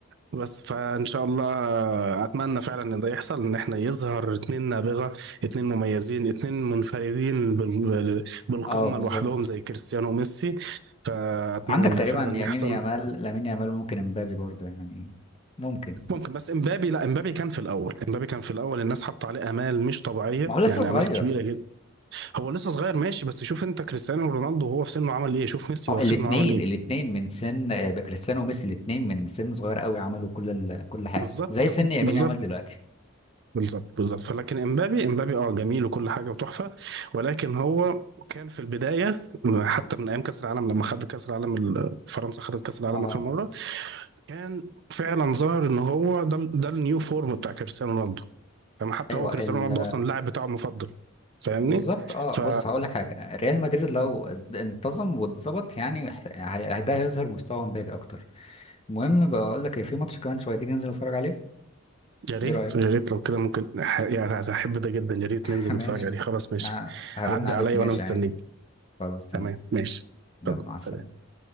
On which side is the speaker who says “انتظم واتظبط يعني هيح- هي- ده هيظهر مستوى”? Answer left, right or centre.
Left